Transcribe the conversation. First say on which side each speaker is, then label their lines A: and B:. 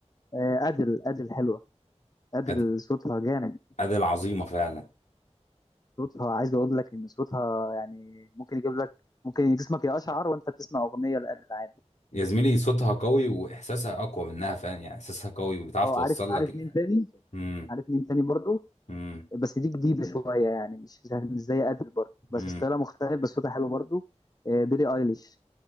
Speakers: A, on the left (about 35°); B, on the left (about 75°).
A: آه، ادل ادل حلوه ادل
B: أد-
A: صوتها جامد
B: أداة عظيمة فعلا
A: صوتها عايز اقول لك ان صوتها يعني ممكن يجيب لك ممكن جسمك يقشعر وانت بتسمع اغنيه لادل عادي
B: يا زميلي صوتها قوي واحساسها اقوى منها فاهم يعني احساسها قوي وبتعرف
A: اه
B: توصل
A: عارف عارف
B: لك ال...
A: مين تاني
B: امم
A: عارف مين تاني برضو
B: امم
A: بس دي جديده شويه يعني مش زي- مش زي ادل برضو بس
B: امم
A: ستايلها مختلف بس صوتها حلو برضو آه، بيلي ايليش